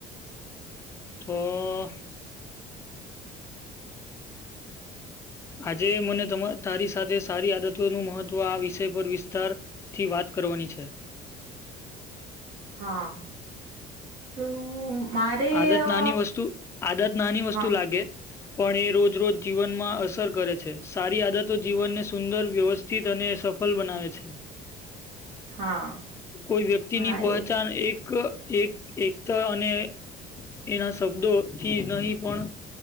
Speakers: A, on the left; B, on the right.
A: તો. આજે મને તમા તારી સાથે સારી આદત તો નું મહત્વ આ વિષય પર વિસ્તારથી વાત કરવાની છે.
B: હા તો. મારે
A: આદત
B: અ,
A: નાની વસ્તુ આદત નાની વસ્તુ
B: હા
A: લાગે. પણ એ રોજ રોજ જીવનમાં અસર કરે છે સારી આદતો જીવનને સુંદર વ્યવસ્ સ્થિત અને સફળ બનાવે છે.
B: હા
A: કોઈ વ્યક્તિની
B: હા
A: પહચાન
B: એ
A: એક એક એકતા અને એના શબ્દોથી નહીં પણ